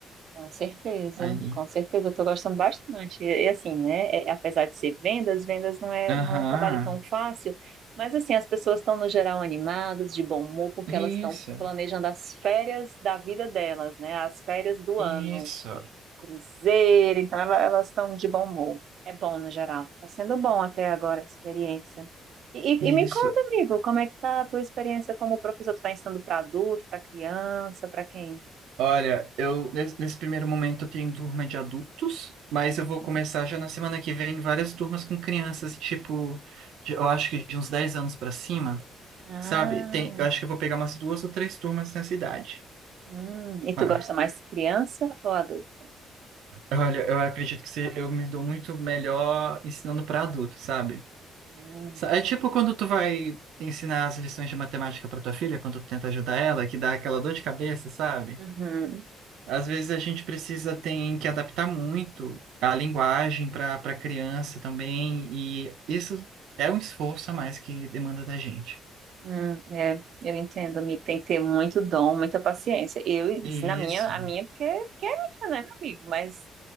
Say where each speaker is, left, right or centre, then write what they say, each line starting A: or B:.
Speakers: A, on the right (about 65°); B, on the right (about 85°).
A: Com certeza,
B: Aí.
A: com certeza, eu tô gostando bastante. E, e assim, né, é- é, apesar de ser vendas, vendas não é,
B: Aham.
A: não é um trabalho tão fácil, mas assim, as pessoas estão no geral animadas, de bom humor, porque
B: Isso.
A: elas estão planejando as férias da vida delas, né, as férias do
B: Isso,
A: ano, cruzeiro, então ela- elas estão de bom humor. É bom no geral, está sendo bom até agora a experiência. E,
B: isso.
A: e- e me conta, amigo, como é que tá a tua experiência como professor? Tu está ensinando para adulto, para criança, para quem?
B: Olha, eu nes- nesse primeiro momento eu tenho turma de adultos, mas
A: Uhum.
B: eu vou começar já na semana que vem várias turmas com crianças, tipo, de- eu acho que de uns 10 anos pra cima,
A: Ah,
B: sabe? Tem, eu acho que eu vou pegar umas duas ou três turmas nessa idade.
A: Hum, e tu
B: Mas,
A: gosta mais criança ou adulto
B: olha, eu acredito que se-
A: ainda?
B: eu me dou muito melhor ensinando pra adulto, sabe?
A: Hum,
B: Sa- É tipo quando tu vai ensinar as lições de matemática pra tua filha, quando tu tenta ajudar ela, que dá aquela dor de cabeça, sabe?
A: uhum,
B: Às vezes a gente precisa tem que adaptar muito a linguagem para para criança também, e isso é um esforço a mais que demanda da gente.
A: hum, é, eu entendo, amigo. Tem que ter muito dom, muita paciência. Eu, isso
B: Isso,
A: na minha, a minha, porque, porque é minha, né, meu amigo? Mas